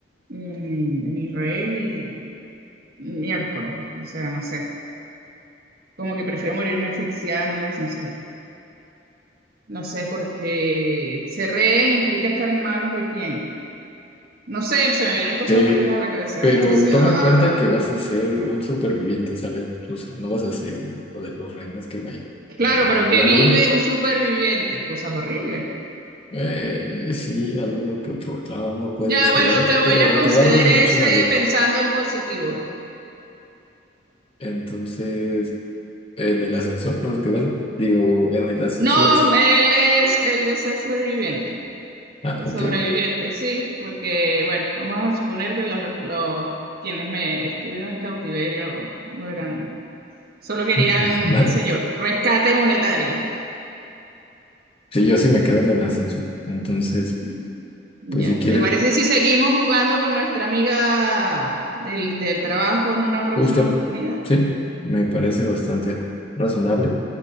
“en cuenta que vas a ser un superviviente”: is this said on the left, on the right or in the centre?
Left